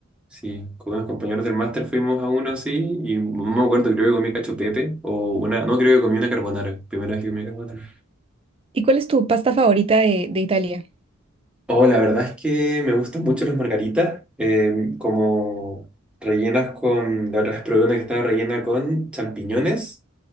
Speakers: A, in the centre; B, on the right (about 30°).
A: Sí, con unos compañeros del máster fuimos a uno así y no me acuerdo, creo que comí cacho pepe o una, no, creo que comí una carbonara, primera vez que comí carbonara.
B: ¿Y cuál es tu pasta favorita de, de Italia?
A: Oh, la verdad es que me gustan mucho las margaritas, eh, como rellenas con, la otra vez probé una que estaba rellena con champiñones